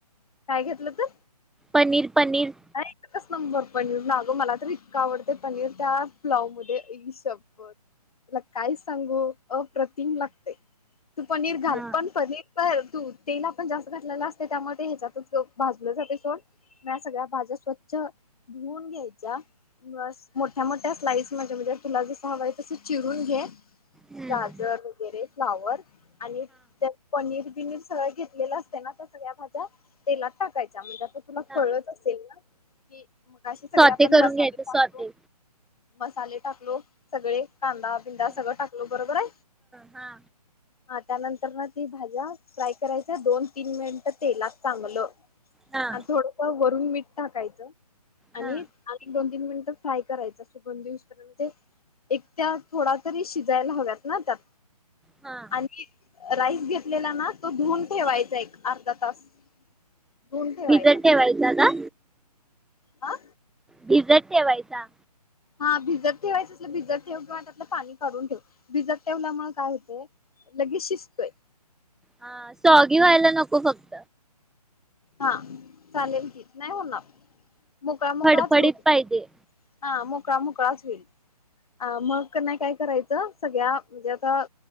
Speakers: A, on the left; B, in the centre.
A: काय घातलं तर?
B: पनीर पनीर.
A: नाही एकच नंबर पनीर. नागो मला तर इतका आवडत पनीर. त्या पुलाव मध्ये. आई शपत. तुला काय सांगू? अप्रतिम लागतेय. तू पनीर घाल.
B: हा
A: पण पनीर तर तू तेल आपण जास्त घातलेलं असतय. त्यामध्ये ह्याच्यातच भाजलं जातय सोड. म्या सगळ्या भाज्या स्वच्छ धुवन घ्यायच्या. बस मोठ्या मोठ्या स्लाईस मध्ये. म्हणजे तुला जस हवाय तस चिरून घे.
B: हा
A: गाजर वगैरे फ्लावर. आणि त्यात पनीर बिनीर सगळं घेतलेलं असते ना. त्या सगळ्या भाज्या तेलात टाकायच्या. म्हणजे आ तर तुला
B: हा
A: कळलं असेल ना कि, मगाशी सगळे
B: स्वते
A: आपण
B: करून
A: मसाले
B: घ्यायचं
A: टाकतो.
B: स्वते
A: मसाले टाकलो सगळे. कांदा बिंदा
B: हा
A: सगळं टाकलो बरोबरे.
B: हा
A: हा त्यानंतर ना ती भाज्या फ्राय करायच. दोन तीन मिनिटं तेलात चांगलं.
B: हा
A: आणि थोडंस वरून मीठ टाकायचं. आणि
B: हा
A: एक दोन तीन मिनिटं फ्राय करायच. सुगंध येऊसपर्यंत ते. एक त्या् थोडा तरी शिजायला हव्यात ना त्यात.
B: हा
A: आणि राईस घेतलेला ना. तो धुवून ठेवायचा एक अर्धा तास. धुवून ठेवायचा
B: भिजत ठेवायचा का?
A: हा
B: भिजत ठेवायचा.
A: हा भिजत ठेवायचं असलं भिजत ठेव. किंवा त्यातील पाणी काढून ठेव. भिजत ठेवल्यामुळे काय होते? लगेच शिजतय.
B: ह स्वागी व्हायला नको फक्
A: हा चालेल की, नाही होणार. मोकळा मोकळाच
B: फडफडीत
A: होईल.
B: पाहिजे
A: हा मोकळा मोकळाच होईल. अ मग कनी काय करायचं? सगळ्या म्हणजे आता